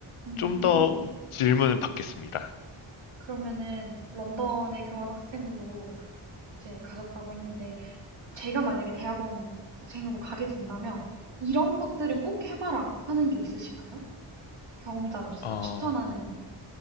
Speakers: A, on the right; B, on the left.
A: 음.
B: 좀 더 질문 을 받겠습니다.
A: 그러면은 런던에 교환 학생으로 이제 가셨다고 했는데 제가 만약에 대학원 이제 생으로 가게 된다면 이런 것들은 꼭 해봐라 하는 게 있으실까요? 경험자로서
B: 어,
A: 추천하는